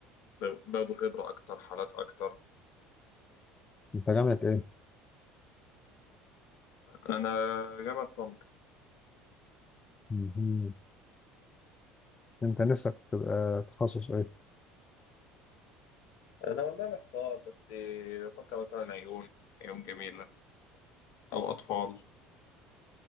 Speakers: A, on the left; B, on the left.
A: بي- بياخدوا خبرة أكتر حالات أكتر
B: أنت جامعة إيه؟
A: أنا جامعة طنطا
B: مهم. أنت نفسك تبقى تخصص إيه؟
A: أنا والله محتار بس بفكر مثلا عيون عيون جميلة أو أطفال